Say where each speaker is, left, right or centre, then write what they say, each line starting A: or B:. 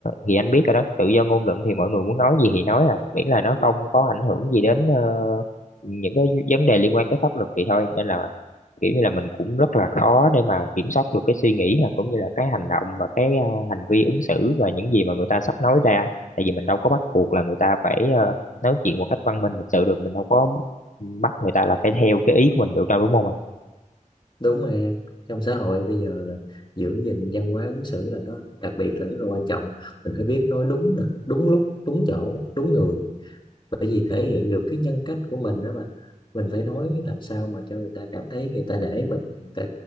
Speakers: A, on the left; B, on the left.
A: thì anh biết rồi đó tự do ngôn luận thì mọi người muốn nói gì thì nói à miễn là nó không có ảnh hưởng gì đến ờ, những cái vấn đề liên quan tới pháp luật thì thôi nên là kiểu như là mình cũng rất là khó để mà kiểm soát được cái suy nghĩ là cũng như là cái hành động và cái à, hành vi ứng xử và những gì mà người ta sắp nói ra tại vì mình đâu có bắt buộc là người ta phải ờ, nói chuyện một cách văn minh lịch sự được mình đâu có bắt người ta là phải theo cái ý của mình được đâu đúng không ạ
B: đúng rồi em trong xã hội bây giờ là giữ gìn văn hóa ứng xử là nó đặc biệt là rất là quan trọng mình phải biết nói đúng nè đúng lúc đúng chỗ đúng người bởi vì thể hiện được cái nhân cách của mình đó mà mình phải nói làm sao mà cho người ta cảm thấy người ta nể mình người ta